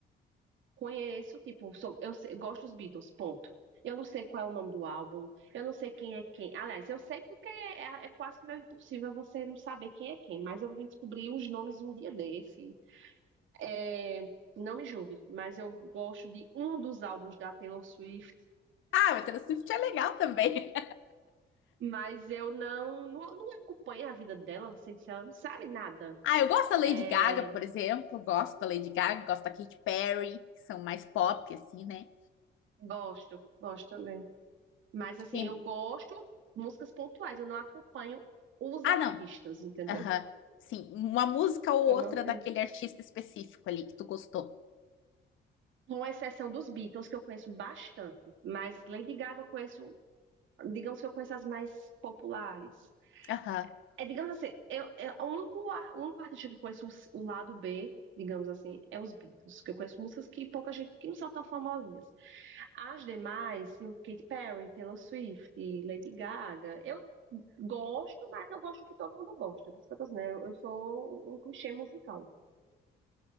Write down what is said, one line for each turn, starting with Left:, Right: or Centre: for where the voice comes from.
Right: Conheço, tipo, sou, eu, sei- gosto dos Beatles, ponto. Eu não sei qual é o nome do álbum, eu não sei quem é quem. Aliás, eu sei porque é, é- é quase que meio impossível você não saber quem é quem, mas eu vim descobrir os nomes um dia desse. É, não me julgue, mas eu gosto de um dos álbuns da Taylor Swift,
Left: Ah, o Taylor Swift é legal também.
Right: mas eu não, não, não acompanho a vida dela, não sei se ela não sabe nada.
Left: Ah, eu gosto da Lady
Right: É,
Left: Gaga, por exemplo. Gosto da Lady Gaga, gosto da Katy Perry, que são mais pop, assim, né?
Right: gosto, gosto também. Mas assim,
Left: Quem-
Right: eu gosto de músicas pontuais, eu não acompanho os
Left: Ah,
Right: artistas,
Left: não.
Right: entendeu?
Left: Aham. Sim, uma música ou outra
Right: Eu não tenho
Left: daquele artista específico ali que tu gostou.
Right: Com exceção dos Beatles, que eu conheço bastante, mas Lady Gaga eu conheço, digamos que eu conheço as mais populares.
Left: Aham.
Right: É, digamos assim, eu, eu- o único, ar- o único artista que eu conheço os- o lado B, digamos assim, é os Beatles, que eu conheço músicas que pouca gente, que não são tão famosinhas. As demais, o Katy Perry, Taylor Swift, Lady Gaga, eu gosto, mas eu gosto que todo mundo gosta, por isso que eu tô dizendo, eu eu sou um clichê musical,